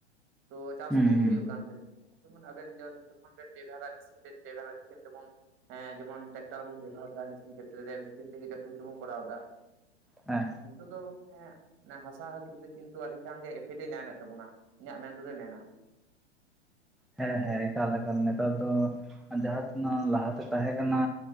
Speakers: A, on the right; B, in the centre.
A: ᱛᱚ ᱪᱟᱥ
B: ᱦᱩᱸ
A: ᱦᱚᱸ ᱵᱷᱟᱜᱤ
B: ᱦᱩᱸ
A: ᱦᱩᱭᱩᱜ ᱠᱟᱱ ᱛᱟᱦᱮᱸ ᱡᱮᱢᱚᱱ ᱟᱵᱮᱱ ᱡ ᱡᱚᱠᱷ ᱵᱮᱱ ᱵᱮᱮᱵᱮᱞᱟ ᱱᱥᱤᱱ ᱵᱮᱮᱵᱮ ᱱᱤᱱ ᱫᱚᱵᱚᱱ ᱦᱮᱸ ᱡᱮᱢᱚᱱ ᱴᱨᱟᱠᱴᱟᱨ ᱵᱚᱱ ᱵᱮᱵᱚᱦᱟᱨ ᱫᱟ ᱢᱮᱥᱤᱱ ᱠᱷᱮᱛᱨᱮ ᱨᱮ ᱢᱮᱥᱤᱱ ᱛᱮᱜᱮ ᱡᱚᱛᱚ ᱠᱤᱪᱩ ᱵᱚᱱ ᱠᱚᱨᱟᱣ ᱮᱫᱟ
B: ᱦᱮᱸ
A: ᱱᱤᱛᱚᱜ ᱫᱚ ᱦᱟᱥᱟ ᱦᱟᱹᱠᱮᱛ ᱫᱚ ᱠᱤᱱᱛᱩ ᱟᱹᱰᱤ ᱠᱷᱟᱱᱜ ᱜᱮ ᱮᱯᱷᱮᱠᱮ ᱧᱟᱢᱮᱫ ᱛᱟᱵᱚᱱᱟ ᱤᱧᱟᱹᱜ ᱢᱮᱱᱛᱮᱫᱚᱭ ᱢᱮᱱᱟ
B: ᱦᱮᱸ ᱦᱮᱸ ᱮᱠᱟᱞ ᱮᱠᱟᱞ ᱱᱮᱛᱟᱨ ᱫᱚ ᱟᱨ ᱡᱟᱦᱟᱸ ᱛᱤᱱᱟᱹᱜ ᱞᱟᱦᱟᱛᱮ ᱛᱟᱦᱮᱸ ᱠᱟᱱᱟ